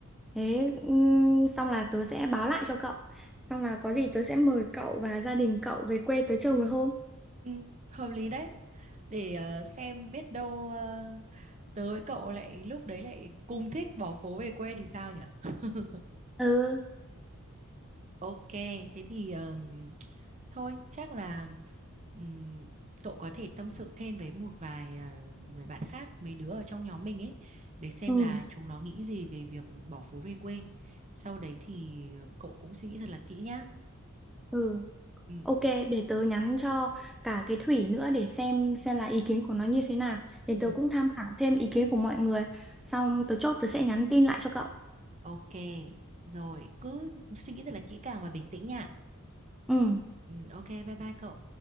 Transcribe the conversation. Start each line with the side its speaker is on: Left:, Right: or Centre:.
Centre: Thế ừm, xong là tớ sẽ báo lại cho cậu. Xong là có gì tớ sẽ mời cậu và gia đình cậu về quê tớ chơi một hôm.
Right: Ừ, hợp lý đấy. Để ờ, xem biết đâu ờ, tớ với cậu lại lúc đấy lại cùng thích bỏ phố về quê thì sao nhỉ? <laughs>
Centre: Ừ,
Right: Ok, thế thì ờm, thôi chắc là ừm, cậu có thể tâm sự thêm với một vài ờ, người bạn khác, mấy đứa ở trong nhóm mình ấy để xem
Centre: ừ,
Right: là chúng nó nghĩ gì về việc bỏ phố về quê. Sau đấy thì cậu cũng suy nghĩ thật là kỹ nhá.
Centre: ừ.
Right: Ừ,
Centre: Ok, để tớ nhắn cho cả cái Thủy nữa để xem xem là ý kiến của nó như thế nào. Để
Right: ừ.
Centre: tớ cũng tham khảo thêm ý kiến của mọi người. Xong tớ chốt tớ sẽ nhắn tin lại cho cậu.
Right: Ok, rồi cứ suy nghĩ thật là kỹ càng và bình tĩnh nha.
Centre: Ừ.
Right: Ừ, ok, bye bye cậu.